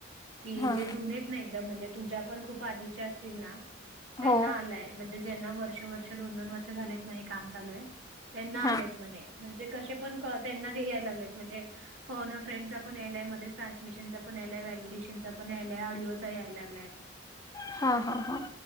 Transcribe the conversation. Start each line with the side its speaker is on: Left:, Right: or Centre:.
Right: कि
Left: हा
Right: जे जुनेत ना एकदम म्हणजे तुझ्या पण खूप आधीच्या असतील ना त्यांना
Left: हो
Right: आलाय. म्हणजे ज्यांना वर्ष वर्ष दोन दोन वर्ष झालेत नाही काम चालू ए त्यांना
Left: हा
Right: आलेत म्हणे. म्हणजे कशे पण क त्यांना ते यायला लागलेत म्हणजे फोन अ फ्रेंडचा पण यायलाय मध्येच ट्रान्समिशनचा पण यायले व्हॅलिडेशनचा पण यायलाय ऑडिओचा यायला लागलाय.
Left: हा हा हा.